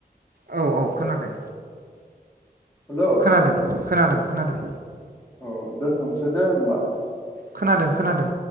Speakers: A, on the right; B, on the left.
A: औ औ खोनादों।
B: हेल'
A: खोनादों। खोनादों खोनादों।
B: औ दोनथनिसै दे होमबा?
A: खोनादों खोनादों।